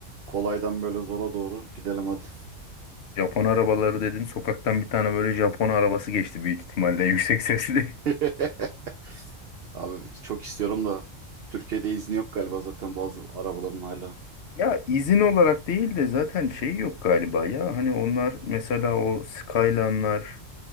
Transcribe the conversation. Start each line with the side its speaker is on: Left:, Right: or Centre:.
Right: Kolaydan böyle zora doğru gidelim hadi.
Left: Japon arabaları dedin. Sokaktan bir tane böyle Japon arabası geçti büyük ihtimalle. <laughs> Yüksek sesli.
Right: <laughs> Abi çok istiyorum da Türkiye'de izni yok galiba zaten bazı arabaların hala.
Left: Ya izin olarak değil de zaten şey yok galiba ya. Hani onlar mesela o Skyline'lar